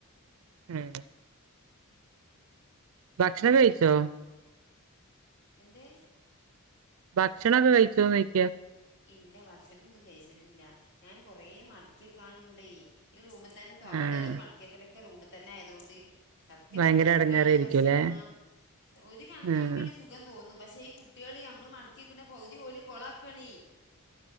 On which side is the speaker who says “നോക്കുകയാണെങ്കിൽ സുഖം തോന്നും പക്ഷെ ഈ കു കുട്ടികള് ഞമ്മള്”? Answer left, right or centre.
Left